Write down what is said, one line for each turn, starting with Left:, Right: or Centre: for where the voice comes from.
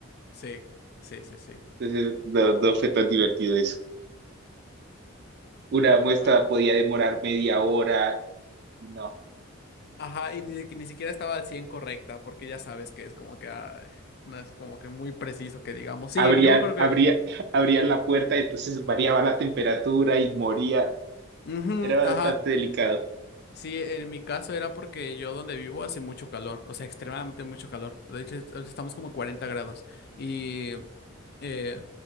Left: Sí, sí, sí, sí.
Right: Entonces, no, no fue tan divertido eso. Una muestra
Left: Pero bueno.
Right: podía demorar media hora. No,
Left: Ajá, y ni, que ni siquiera estaba al 100 correcta, porque ya sabes que es como que ay, no es como que muy preciso que digamos. Sí,
Right: abrían,
Left: yo me acuerdo que.
Right: abría- <laughs> abrían la puerta,
Left: ah,
Right: entonces variaba la temperatura y moría.
Left: Ujú,
Right: Era
Left: ajá.
Right: bastante delicado.
Left: Sí, en mi caso era porque yo donde vivo hace mucho calor, o sea, extremadamente mucho calor. De hecho, es- ahorita estamos como 40 grados. Y eh,